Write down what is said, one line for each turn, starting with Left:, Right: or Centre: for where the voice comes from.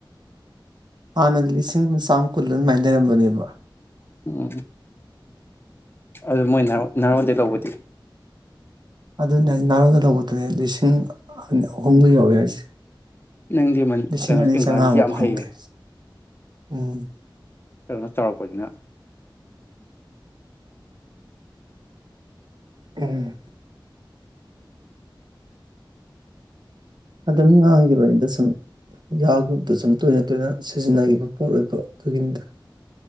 Right: ꯍꯥꯟꯅꯗꯤ ꯂꯤꯁꯤꯡ ꯑꯃ ꯆꯥꯝꯃ ꯀꯨꯜꯂ ꯑꯗꯨ ꯃꯥꯏꯅ ꯂꯩꯔꯝꯕꯅꯦꯕ
Left: ꯎꯝ ꯑꯗꯨ ꯃꯣꯏ ꯅꯍꯥꯔꯣꯟꯗꯩ ꯂꯧꯕꯗꯤ
Right: ꯑꯗꯨꯅꯦ ꯑꯩ ꯅꯔꯣꯟꯗ ꯇꯧꯕꯗꯨꯅꯦ ꯂꯤꯁꯤꯡ ꯑ ꯑꯍꯨꯝꯒ ꯌꯧꯔꯦ ꯍꯥꯏꯁꯦ
Left: ꯅꯪꯗꯤ ꯃꯥꯅꯤ
Right: ꯂꯤꯁꯤꯡ
Left: ꯑꯥ
Right: ꯑꯅꯤ
Left: ꯏꯪꯒꯔꯥꯖꯤꯖꯦ
Right: ꯆꯥꯝꯃꯉꯥꯃꯨꯛ
Left: ꯌꯥꯝ
Right: ꯐꯪꯗꯦ
Left: ꯍꯩꯕꯅꯦ
Right: ꯎꯝ
Left: ꯀꯩꯅꯣ ꯇꯧꯔꯛꯄꯅꯤꯅ
Right: ꯎꯝ ꯑꯗꯨꯝ ꯉꯥꯡꯈꯤꯕꯅꯤꯗ ꯁꯨꯝ ꯌꯥ ꯒ꯭ꯔꯨꯞꯇ ꯁꯨꯝ ꯇꯣꯏꯅ ꯇꯣꯏꯅ ꯁꯤꯖꯤꯟꯅꯈꯤꯕ ꯄꯣꯠ ꯑꯣꯏꯕ ꯑꯗꯨꯒꯤꯅꯤꯗ